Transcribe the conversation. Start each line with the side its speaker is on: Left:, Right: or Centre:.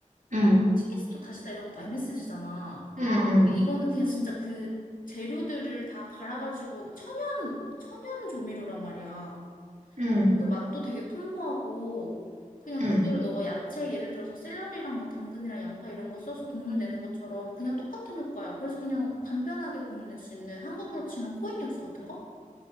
Right: 음,
Left: 치킨 스톡 다시다 이런 거 다 MSG잖아.
Right: 음, 음,
Left: 근데 이거는 그냥 진짜 그 재료들을 다 갈아가지고 천연, 천연 조미료란 말이야.
Right: 음,
Left: 그래서 맛도 되게 풍부하고 그냥
Right: 음,
Left: 그대로 너가 야채 예를 들어서 샐러리랑 뭐 당근이랑 양파 이런 거 써서 국물 내는 것처럼 그냥 똑같은 효과야. 그래서 그냥 간편하게 국물 낼 수 있는 한국으로 치면 코인 육수 같은 거?